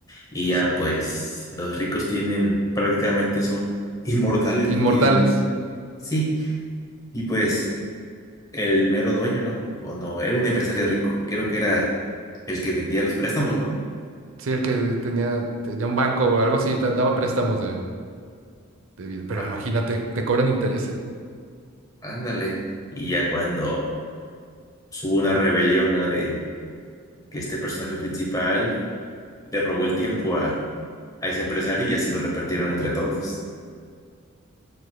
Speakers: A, on the left; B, on the right.
A: Y
B: Exactamente.
A: ya, pues, los ricos tienen, prácticamente son <laughs> inmortales,
B: Inmortales.
A: ¿no? Tienen, sí. Y pues, el mero dueño, ¿no? O no, era un empresario rico. Creo que era el que vendía los préstamos, ¿no?
B: Sí, el que tenía, tenía un banco o algo así, te daba préstamos de, de vida. Pero
A: Á-
B: imagínate, te cobran intereses.
A: ándale. Y ya cuando hubo una rebelión, ¿no? De que este personaje principal le robó el tiempo a, a ese empresario y ya se lo repartieron entre todos.